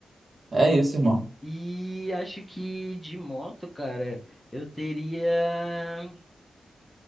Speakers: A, on the right (about 45°); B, in the centre.
A: É isso, irmão.
B: E acho que de moto, cara, eu teria.